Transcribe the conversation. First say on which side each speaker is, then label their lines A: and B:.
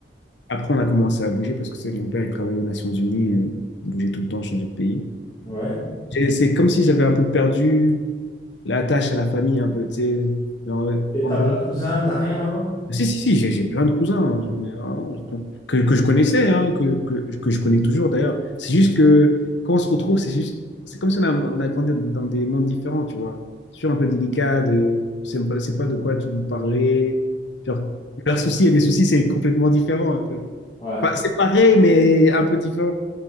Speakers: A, on the left; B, on the left.
A: Après, on a commencé à bouger parce que c'est mon père, il travaillait aux Nations Unies, euh, on bougeait tout le temps, changeait de pays.
B: Ouais.
A: Et C'est comme si j'avais un peu perdu l'attache à la famille, un peu, tu sais. Genre,
B: Et
A: En
B: t'as
A: gros,
B: pas de cousin, t'as rien là-bas?
A: Si, si, si, j'ai j'ai plein de cousins hein, j'en ai- ah, que, que je connaissais, hein, que, que, que je connais toujours d'ailleurs. C'est juste que quand on se retrouve, c'est juste, c'est comme si on a, on a grandi dans des mondes différents, tu vois. Sur un peu délicat, de, c'est pas, c'est pas de quoi tu veux parler. Genre, leurs soucis et mes soucis, c'est complètement différent un peu.
B: Ouais,
A: Pas- c'est pareil, mais un peu différent.